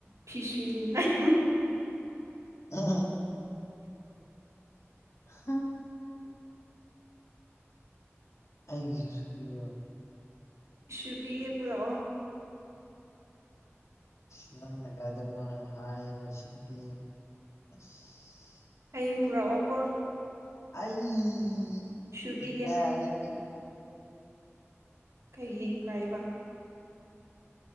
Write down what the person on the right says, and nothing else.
ꯐꯤꯁꯨꯅꯤꯡꯉꯥꯏ
ꯁꯨꯕꯤꯒꯦ ꯄꯨꯔꯛꯑꯣ
ꯍꯌꯦꯡ ꯄꯨꯔꯛꯑꯣ ꯀꯣ
ꯁꯨꯕꯤꯒꯦ
ꯀꯩꯒꯤ ꯏꯀꯥꯏꯕ